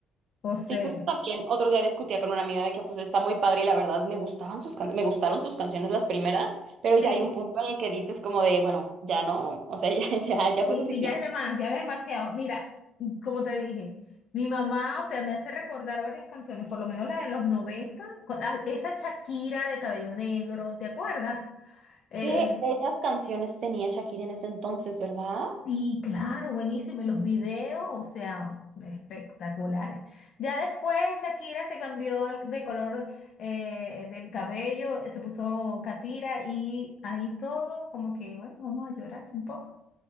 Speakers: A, on the left; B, on the right.
A: o sea,
B: Sí, justo también otro día discutía con una amiga de que pues está muy padre y la verdad me gustaban sus can- me gustaron sus canciones las primeras, pero
A: sí,
B: ya hay un punto en el que dices como de, bueno, ya no, o sea, <laughs> ya ya ya
A: sí,
B: fue suficiente.
A: sí, ya es de más, ya es demasiado. Mira, como te dije, mi mamá, o sea, me hace recordar varias canciones, por lo menos la de los 90 con- ah, esa Shakira de cabello negro, ¿te acuerdas? Eh,
B: ¿Qué bellas canciones tenía Shakira en ese entonces, verdad?
A: Sí, claro, buenísimo. Y los videos, o sea, espectaculares. Ya después Shakira se cambió el- de color eh, del cabello, se puso Katira y ahí todo, como que, bueno, vamos a llorar un poco.